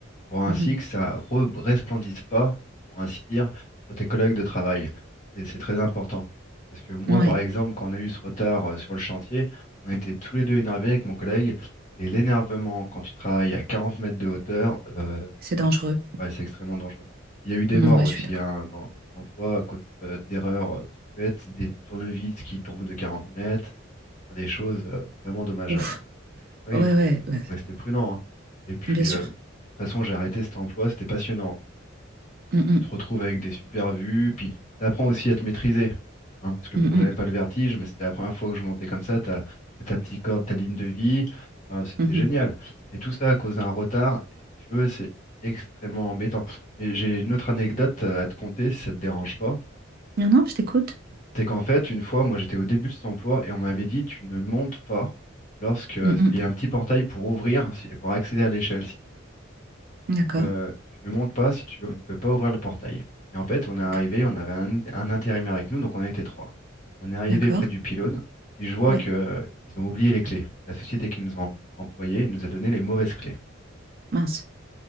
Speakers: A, on the left (about 40°); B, on the right (about 50°).
A: pour ainsi
B: mm,
A: que ça re- resplendisse pas, pour ainsi dire, sur tes collègues de travail. Et C'est très important. Parce que moi,
B: mm. ouais,
A: par exemple, quand on a eu ce retard euh, sur le chantier, on était tous les deux énervés avec mon collègue. Et l'énervement, quand tu travailles à 40 mètres de hauteur, euh,
B: c'est dangereux.
A: il faut- ouais, c'est extrêmement dangereux. Il y a eu des
B: Mm,
A: morts
B: ouais,
A: aussi
B: je suis d'accord.
A: hein, dans, dans cet emploi à cause euh, d'erreurs euh, toutes bêtes, des tournevis qui tombent de 40 mètres, enfin, des choses euh, vraiment dommageables.
B: Ouf.
A: Oui,
B: Ouais,
A: il faut,
B: ouais, ouais,
A: faut rester prudent. hein. Et puis,
B: bien sûr.
A: euh, de toute façon, j'ai arrêté cet emploi, c'était passionnant. hein.
B: Mm, mm,
A: Tu te retrouves avec des super vues, puis tu apprends aussi à te maîtriser. hein, parce que
B: mm,
A: bon, j'avais pas le vertige, mais c'était la première fois que je montais comme ça. T'as, t'as ta petite corde, ta ligne de vie. enfin, c'était
B: mm, mhm.
A: génial. Mais tout ça à cause d'un retard, et si tu veux, c'est extrêmement embêtant. Mais j'ai une autre anecdote à te conter, si ça te dérange pas.
B: Non, non, je t'écoute.
A: C'est qu'en fait, une fois, moi j'étais au début de cet emploi et on m'avait dit tu ne montes pas lorsque, euh,
B: Mm,
A: parce
B: mm.
A: qu'il y a un petit portail pour ouvrir si- et pour accéder à l'échelle si tu veux.
B: D'accord.
A: Tu ne, tu ne montes pas si tu ne peux pas ouvrir le portail. Et en fait, on est arrivé,
B: Ok.
A: on avait un, un intérimaire avec nous, donc on était trois. On est arrivé
B: D'accord.
A: près du pylône, puis je vois
B: Ouais,
A: que euh, ils ont oublié les clés. La société qui nous a em- employés nous a donné les mauvaises clés.
B: mince.